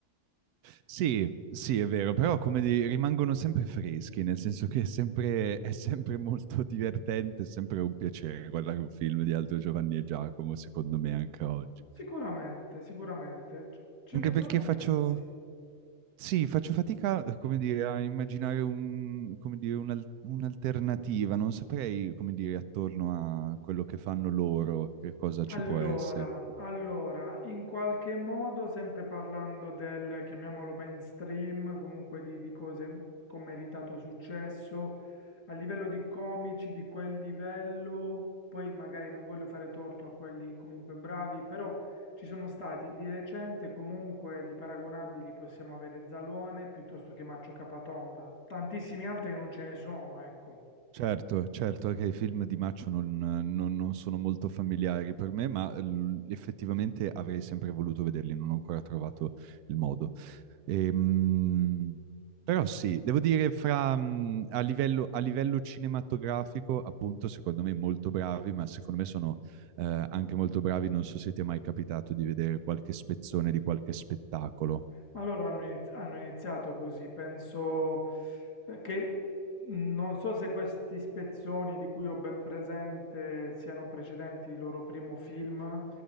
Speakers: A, on the right (about 80°); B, on the left (about 55°).
A: Sì, sì, è vero, però come di- rimangono sempre freschi, nel senso che è sempre, è sempre molto divertente, è sempre un piacere guardare un film di Aldo Giovanni e Giacomo, secondo me, anche oggi.
B: Sicuramente, sicuramente, c- ce
A: Anche
B: ne
A: perché
B: sono
A: faccio,
B: diversi.
A: sì, faccio fatica, eh, come dire, a immaginare un- come dire, un'al- un'alternativa, non saprei, come dire, attorno a quello che fanno loro, che cosa ci
B: Allora,
A: può essere.
B: allora, in qualche modo, sempre parlando del, chiamiamolo mainstream, comunque di, di cose con meritato successo, a livello di comici di quel livello, poi magari non voglio fare torto a quelli comunque bravi, però ci sono stati di recente comunque di paragonabili possiamo avere Zalone piuttosto che Maccio Capatonda. Tantissimi altri non ce ne sono, ecco.
A: Certo, certo, anche i film di Maccio non, non- non sono molto familiari per me, ma l- effettivamente avrei sempre voluto vederli, non ho ancora trovato il modo. Ehm, però sì, devo dire, fra, mh, a livello, a livello cinematografico, appunto, secondo me molto bravi, ma secondo me sono eh, anche molto bravi, non so se ti è mai capitato di vedere qualche spezzone di qualche spettacolo.
B: Ma loro hanno iniz- hanno iniziato così, penso eh, che mh, non so se questi spezzoni di cui ho ben presente siano precedenti il loro primo film,